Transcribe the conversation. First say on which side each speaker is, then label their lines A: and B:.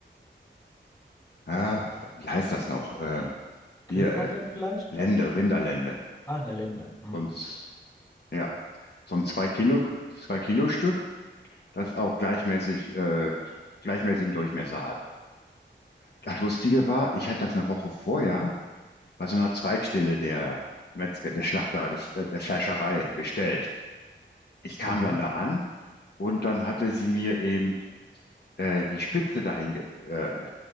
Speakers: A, on the left (about 55°); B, on the left (about 20°).
A: ja, wie heißt das noch? Äh,
B: Grillfackeln
A: hier, äh,
B: vielleicht?
A: Lende, Rinderlende.
B: Ach, eine Linde. Hm.
A: Sonst, ja, so ein zwei Kilo, zwei Kilo Stück, das auch gleichmäßig, äh, gleichmäßigen Durchmesser hat. Das Lustige war, ich hatte das eine Woche vorher bei so einer Zweigstelle der Metzger, der Schlachter, des, der, der Fleischerei bestellt. ich kam
B: Mhm.
A: dann da an und dann hatte sie mir eben äh, die Spitze dahin, ge- äh,